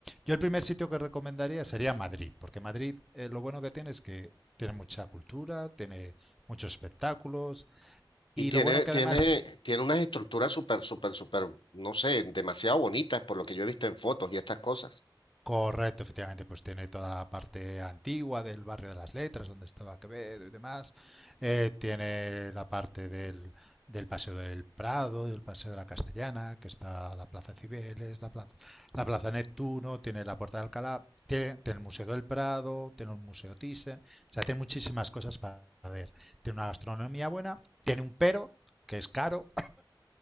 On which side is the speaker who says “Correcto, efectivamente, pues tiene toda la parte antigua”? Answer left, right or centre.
Centre